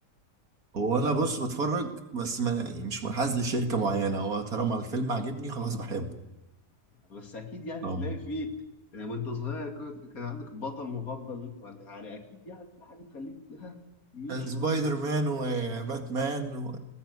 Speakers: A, on the right; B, on the left.
A: هو انا بص بتفرج بس ما يعني مش منحاز لشركه معينه هو طالما الفيلم عاجبني خلاص بحبه
B: بس اكيد يعني
A: أم.
B: تلاقي فيه يعني وانت صغير كنت كان عندك بطل مفضل ولا يعني اكيد يعني في حاجه تخليك ها مين شويه
A: سبايدر مان وباتمان و...